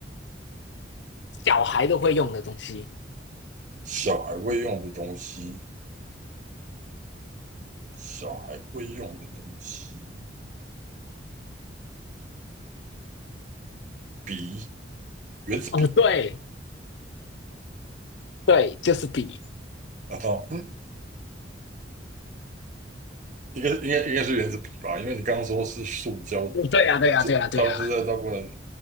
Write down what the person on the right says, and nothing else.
小孩会用的东西，小孩会用的东西，笔，圆珠笔
啊，<laughs> 应该应该应该是原子笔吧，因为你刚刚说是塑胶，
这大部在大部分，